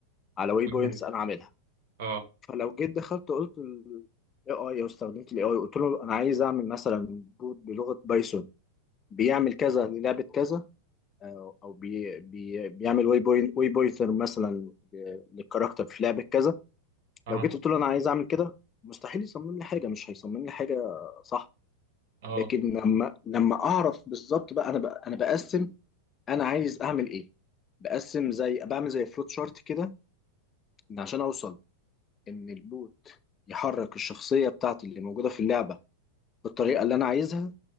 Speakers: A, on the left (about 25°); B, on the right (about 50°).
A: على واي
B: أوكي.
A: بوينتس انا عاملها
B: اه
A: فلو جيت دخلت قلت الاي اي او استخدمت الاي اي قلت له انا عايز اعمل مثلا بوت بلغه بايثون بيعمل كذا للعبه كذا او أو بي بي بيعمل واي بوينت واي بوينتر مثلا ل- للكاركتر في لعبه كذا
B: اه
A: لو جيت قلت له انا عايز اعمل كده مستحيل يصمم لي حاجه مش هيصمم لي حاجه صح
B: اه
A: لكن لما لما اعرف بالظبط بقى انا بقى انا بقسم انا عايز اعمل ايه بقسم زي بعمل زي فلوت شارت كده ان عشان اوصل ان البوت يحرك الشخصيه بتاعتي اللي موجوده في اللعبه بالطريقه اللي انا عايزها